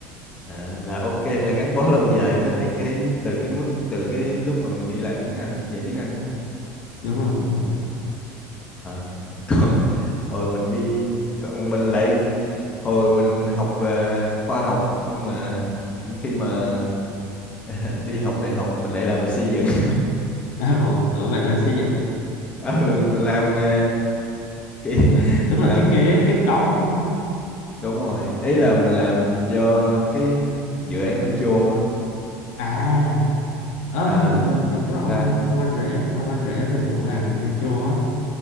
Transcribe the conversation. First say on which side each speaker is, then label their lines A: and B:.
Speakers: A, on the left; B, on the left.
A: à là ok là gắn bó lâu dài với lại cái từ cái mức từ cái lúc mà mình đi làm tiếng Anh dạy tiếng Anh đúng không
B: đúng rồi đúng rồi
A: Ờ, <laughs> còn hồi mình đi còn mình lại hồi mình học về khoa học nhưng mà khi mà <laughs> đi học đại học mình lại làm về xây dựng <laughs>
B: <laughs> à, ủa, ủa vậy là xây dựng
A: ừ mình làm ờ, cái
B: là,
A: <laughs>
B: tức
A: mình
B: là
A: làm
B: thiết kế kết cấu đúng không
A: đúng rồi ý là mình làm cho cái dự án metro á.
B: à ơ
A: à
B: mình mình mình có ông
A: là
B: anh ông anh rể ông anh rể mình cũng làm metro á